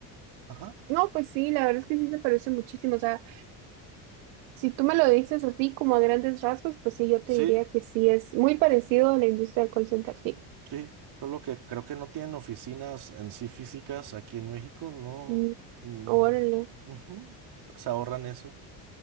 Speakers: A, on the right; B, on the right.
A: Ajá.
B: No, pues sí, la verdad es que sí se parece muchísimo. O sea, Si tú me lo dices así, como a grandes rasgos, pues sí, yo
A: Sí,
B: te diría que sí, es muy parecido a la industria del call center, sí.
A: sí. Solo que creo que no tienen oficinas en sí físicas aquí en México, no.
B: Mm,
A: mm,
B: Órale,
A: ujú, Se ahorran eso.